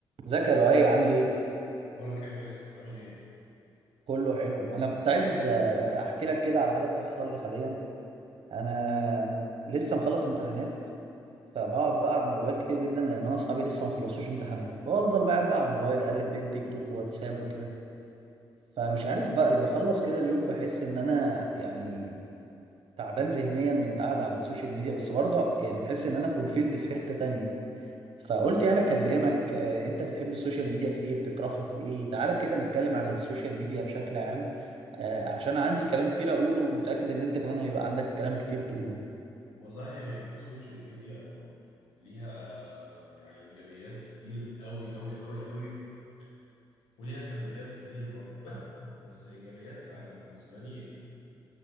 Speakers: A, on the right; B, on the left.
A: ازيك يا لؤي عامل ايه؟
B: اخبارك يا باسم عامل ايه؟
A: كله حلو انا كنت عايز آه، احكي لك كده على حاجه بتحصل لي حاليا انا لسه مخلص امتحانات فبقعد بقى على الموبايل كتير جدا لان انا اصحابي لسه ما خلصوش امتحانات فافضل بقى قاعد بقى على الموبايل اقلب بين تيك توك وواتساب وكده فمش عارف بقى بخلص كده اليوم بحس ان انا يعني تعبان ذهنيا من القعده على السوشيال ميديا بس برضه يعني بحس ان انا فولفيلد في حته تانية فقلت يعني اكلمك آه، انت بتحب السوشيال ميديا في ايه بتكرهها في ايه تعالى كده نتكلم عن السوشيال ميديا بشكل عام آه، عشان عندي كلام كتير اقوله ومتأكد ان انت كمان هيبقى عندك كلام كتير تقوله
B: والله هي السوشيال ميديا ليها يعني ايجابيات كتير قوي قوي قوي قوي وليها سلبيات كتير برضه <coughs> بس ايجابياتها انا بالنسبه لي